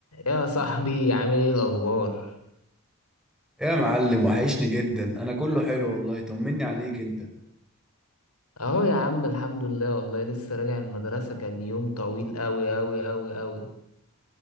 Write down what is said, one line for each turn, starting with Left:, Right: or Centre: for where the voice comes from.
Left: يا صاحبي عامل ايه الاخبار
Centre: يا معلم وحشني جدا انا كله حلو والله طمني عليك انت
Left: اهو يا عم الحمد لله والله لسه راجع من المدرسه كان يوم طويل قوي قوي قوي قوي